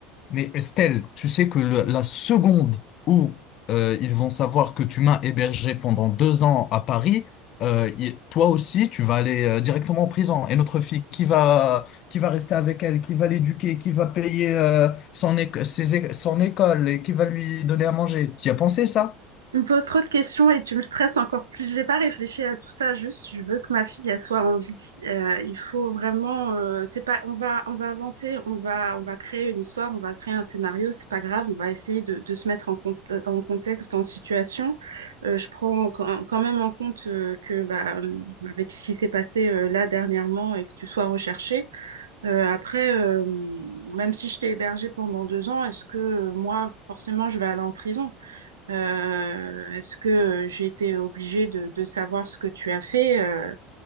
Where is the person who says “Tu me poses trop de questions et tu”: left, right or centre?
Right